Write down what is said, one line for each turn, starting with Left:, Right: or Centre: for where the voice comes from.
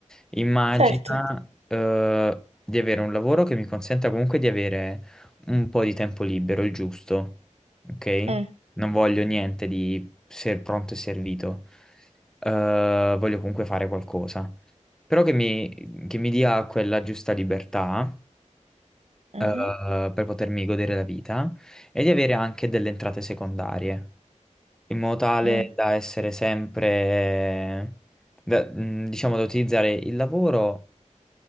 Centre: Immagina,
Right: Certo.
Centre: eh, di avere un lavoro che mi consenta comunque di avere un po' di tempo libero, il giusto, ok?
Right: Mm,
Centre: Non voglio niente di ser pronto e servito. Eh, voglio comunque fare qualcosa, però che mi, che mi dia quella giusta libertà
Right: mhm,
Centre: eh, per potermi godere la vita e di avere anche delle entrate secondarie, in modo tale
Right: mm.
Centre: da essere sempre, da- mh, diciamo, da utilizzare il lavoro.